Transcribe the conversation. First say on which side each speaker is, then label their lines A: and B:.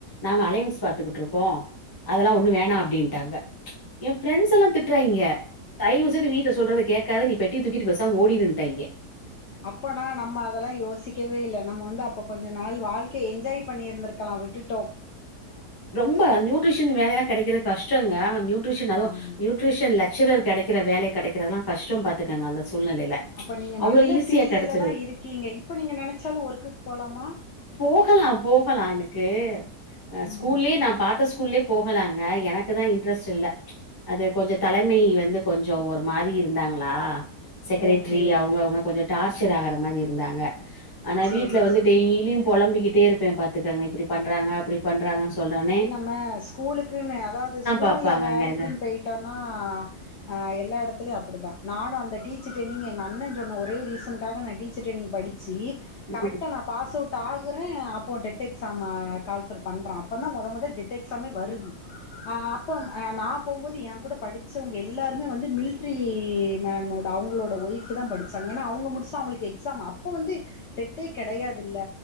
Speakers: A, on the left; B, on the left.
A: நாங்க அலைன்ஸ் பாத்துகிட்ருக் க்கோ அதெல்லா ஒண்ணு வேணா அப்டின்ட்டாங்க ச் எ ஃப்ரெண்ட்ஸெல்லா திட்றாய்ங்க தயவு செய்து வீட்ல சொல்றதக்கே காத நீ பெட்டிய தூக்கிட்டு பெசாம ஓடிருன்ட்டாங்க
B: அப்பனா நம்ம அதெல்லா யோசிக்கவே இல்ல நம்ம வந்து அப்ப கொஞ்ச நாள் வாழ்க்கய என்ஜாய் பண்ணிருந்திருக்கலா விட்டுட்டோ
A: <unintelligible> நூட்ரிஷன் வேலைலா கெடைக்குறது கஷ்டங்க நாநியு ட்யூஷன் அதுவு
B: ஆமா.
A: நியூட்ரிஷன் லெக்சரர் கெடைக்கிற வேல கெடைக்குறதெல்லா கஷ்டோ பாத்துக்கங்க அந்த சூல்நெலைல
B: அப்ப நீங்க
A: அவ்ளோ
B: நல்ல
A: ஈஸியா
B: ஃபீல்டுல
A: கெடச்சிருது
B: தான் இருக்கீங்க. இப்ப நீங்க நெனச்சாலும் ஒர்க்குக்கு போலாமா?
A: போகலா போகலா எனக்கு ஸ்கூல்லயே
B: ம்.
A: நா ஸ்கூல்லயே போகலாங்க எனக்கு தா இன்ட்ரஸ்ட் இல்ல அது கொஞ்ச தலமை வந்து கொஞ்ஜோ ஒரு மாரி இருந்தாங்களா செக்கரேட்ரி
B: ஓகே.
A: அவங்க அவங்க கொஞ்ச டார்ச்சர் ஆகிற மாரி இருந்தாங்க ஆனா
B: சரி.
A: வீட்ல வந்து டெய்லியு புலம்பிக்கிட்டே இருப்பே பாத்துக்கோங்க இப்டி பண்றாங்க அப்படி பண் ராங்கனு சொன்னோன்னே
B: ஆனா ஸ்கூலுக்குனு அதாவது ஸ்கூல்ல
A: பாப்பாங்கங்க
B: வேலேக்குனு போய்ட்டனா ஆ எல்லா எடத்துலயு அப்டிதா நானுஅந்த டீச்சர் டெரெய்ணிங் எங்க அண்ண சொன்ன ஒரே ரீசனுக்காக நா டீச்சர் டிரெய்ணிங் படிச் சி
A: ம்
B: கரெக்ட்டா நா பாஸவுட் டாகுறே அப்போ டெட் எக்ஸாம கால்பெர் பண்றா அப்போதா மொத மொதோ டெட் எக்ஸாமே வருது அ அப்போ நா போம்போது எ கூட படிச்சவங்க எல்லாருமே வந்து மில்ட்ரி மேனோட அவுங்ளோட ஒய்ஃப் தா படிச்சாங்க ஏன்னா அவங்க முடிச்சுட்டு அவங்களுக்கு எக்ஸாம் அப்போ வந்து டெட்டே கெடையாதுல்ல